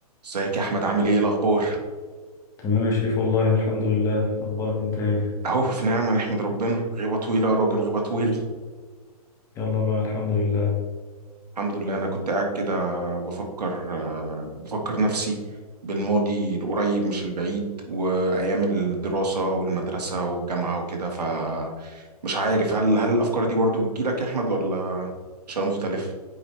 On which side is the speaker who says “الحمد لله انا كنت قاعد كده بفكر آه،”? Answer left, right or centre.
Right